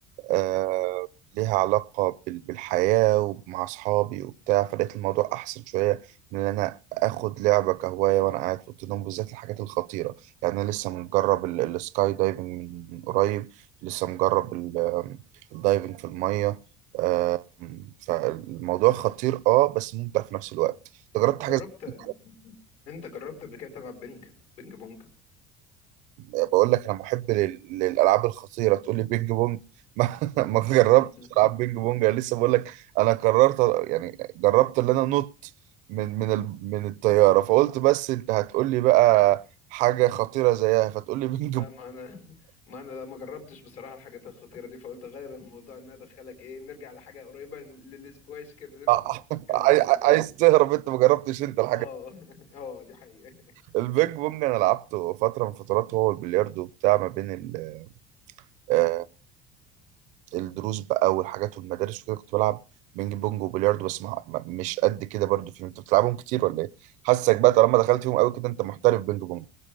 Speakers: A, on the right; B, on the left.
A: آه، ليها علاقه بال- بالحياه ومع اصحابي وبتاع فلقيت الموضوع احسن شويه من ان انا اخد لعبه كهوايه وانا قاعد في اوضه النوم بالذات الحاجات الخطيره يعني انا لسه مجرب ال- السكاي دايفنج من من قريب لسه مجرب الدايفنج في المية آه، فالموضوع خطير اه بس ممتع في نفس الوقت انت جربت حاجة
B: جربت
A: زي كده؟
B: انت جربت قبل كده تلعب بينج بينج بونج
A: يعني بقول لك انا محب لل- للالعاب الخطيرة تقول لي بينج بونج <laughs> ما ما جربتش
B: <laughs>
A: العاب بينج بونج انا لسه بقول لك انا قررت أ- يعني جربت ان انا نط من من ال- من الطيارة فقلت بس انت هتقول لي بقى حاجة خطيرة زيها فتقول لي بينج
B: لا
A: بونج
B: ما انا ما انا لا ما جربتش بصراحه الحاجات الخطيره دي فقلت اغير الموضوع ان انا ادخلك ايه نرجع لحاجه قريبه للسكواش كده اللي انت
A: <laughs>
B: كنت بتتكلم
A: عاي-
B: عليه
A: عايز
B: في الاول
A: تهرب انت ما جربتش انت الحاجة
B: اه <laughs> اه دي حقيقه
A: البينج بونج انا لعبته فترة من فترات هو البلياردو بتاع ما بين ال آه، الدروس بقى والحاجات والمدارس وكده كنت بلعب بينج بونج وبلياردو بس مع مع- مش قد كده برضو فيهم انت بتلعبهم كتير ولا ايه حاسك بقى طالما دخلت فيهم قوي كده انت محترف بينج بونج